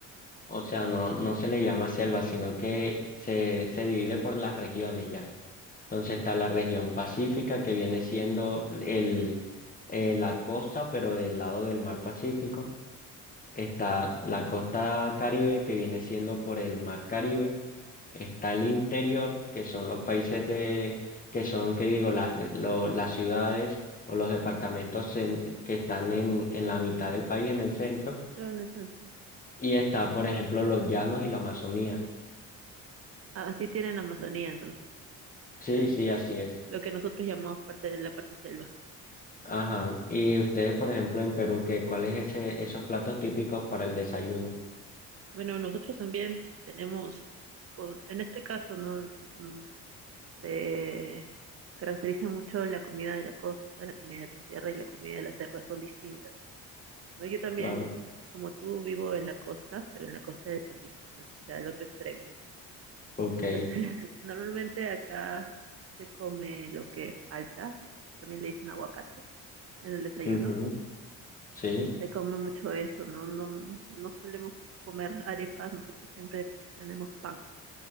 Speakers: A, on the left; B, on the right.
A: O sea, no, no se le llama selva, sino que se, se divide por las regiones ya. Entonces está la región pacífica, que viene siendo el, eh, la costa, pero del lado del mar Pacífico. Está la costa Caribe, que viene siendo por el mar Caribe. Está el interior, que son los países de, que son, que digo, las, re- lo- las ciudades o los departamentos en- que están en, en la mitad del país, en el centro.
B: Pero en el centro.
A: Y está, por ejemplo, los llanos y la Amazonía.
B: Así tienen Amazonía, entonces,
A: Sí,
B: el-
A: sí, así es.
B: lo que nosotros llamamos parte de la parte selva.
A: Ajá. Y ustedes, por ejemplo, en Perú, ¿qué, cuál es ese, esos platos típicos para el desayuno?
B: Bueno, nosotros también tenemos, con- en este caso, ¿no? Mm, Se caracteriza mucho la comida de la costa, la comida de la sierra y la comida de la selva, son distintas, ¿no? Yo también,
A: Claro.
B: co- como tú, vivo en la costa, pero en la costa del Pacífico, o sea, al otro extremo.
A: Ok.
B: Entonces, <laughs> normalmente acá se come lo que falta, también le dicen aguacate en el desayuno,
A: Ujú. Sí.
B: se come mucho eso, ¿no? No, no solemos comer arepas, nosotros siempre tenemos pan